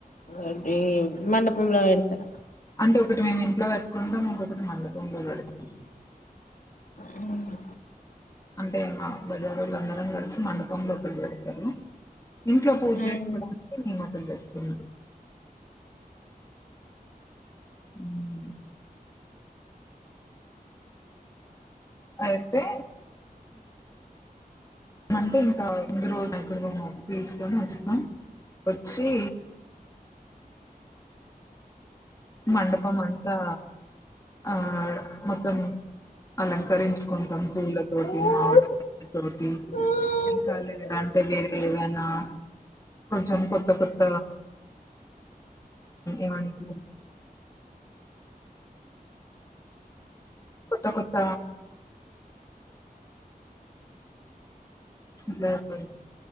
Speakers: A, on the left (about 60°); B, on the left (about 20°).
A: అటి మండపంలో పెడతర
B: అంటే ఒకటి మేము ఇంట్లో పెట్టుకుంటాం ఇంకొకటి మండ ఇంట్లో పెడతాం
A: ఉమ్,
B: అంటే మా బజారు వాళ్ళ అందరం కలిసి మండపంలో ఒకటి పెడతారు ఇంట్లో పూజ
A: ఉమ్,
B: చేసుకోవడానికి మేము ఒకటి పెట్తుం హమ్ అయితే అంటే ఇంకా ఇందు రోజు దగ్క్కడగా ఉన్నారు తీసుకోని వస్తాం వచ్చి మండపం అంతా ఆ మొత్తం అలంకరించుకుంటాం పూలతోటి
A: ఉమ్,
B: మావిడ తటి
A: ఉమ్.
B: ఇంకా లేదంటే ఏవైనా కొంచెం కొత్త కొత్త ఏవంటి కొత్త కొత్త ఇలాపో